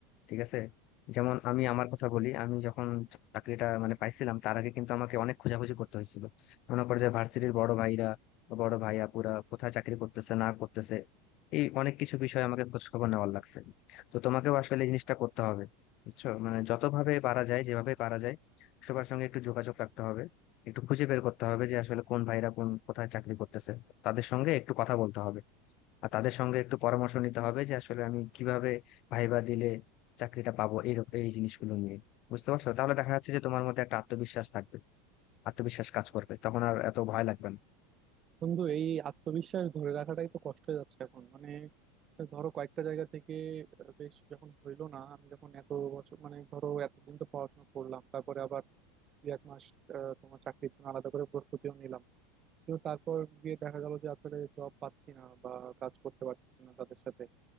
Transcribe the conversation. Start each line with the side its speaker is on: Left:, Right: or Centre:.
Left: ঠিক আছে যেমন আমি আমার কথা বলি আমি যখন চাকরিটা মানে পাইছিলাম তার আগে কিন্তু আমাকে অনেক খোঁজাখুঁজি করতে হয়েছিল মনে করে যে ভার্সিটির বড় ভাইরা বড় ভাইয়া পুরা কোথায় চাকরি করতেছে না করতেছে এই অনেক কিছু বিষয়ে আমাকে খোঁজ খবর নেওয়ার লাগছে তো তোমাকেও আসলে এই জিনিসটা করতে হবে বুঝছো মানে যতভাবে পারা যায় যেভাবে পারা যায় সবার সঙ্গে একটু যোগাযোগ রাখতে হবে একটু খুঁজে বের করতে হবে যে আসলে কোন ভাইরা কোন কোথায় চাকরি করতেছে তাদের সঙ্গে একটু কথা বলতে হবে আর তাদের সঙ্গে একটু পরামর্শ নিতে হবে যে আসলে আমি কিভাবে ভাইবা দিলে চাকরিটা পাবো এই এই জিনিসগুলো নিয়ে বুঝতে পারছো তাহলে দেখা যাচ্ছে যে তোমার মধ্যে একটা আত্মবিশ্বাস থাকবে আত্মবিশ্বাস কাজ করবে তখন আর এত ভয় লাগবে না
Right: বন্ধু এই আত্মবিশ্বাস ধরে রাখাটাই তো কষ্ট হয়ে যাচ্ছে এখন মানে ধরো কয়েকটা জায়গা থেকে আহ, বেশ যখন হইলো না আমি যখন এত বছর মানে ধরো এতদিন তো পড়াশোনা করলাম তারপরে আবার দুই এক মাস আহ, তোমার চাকরির জন্য আলাদা করে প্রস্তুতিও নিলাম কিন্তু তারপর গিয়ে দেখা গেল যে আসলে জব পাচ্ছি না বা কাজ করতে পারতেছি না তাদের সাথে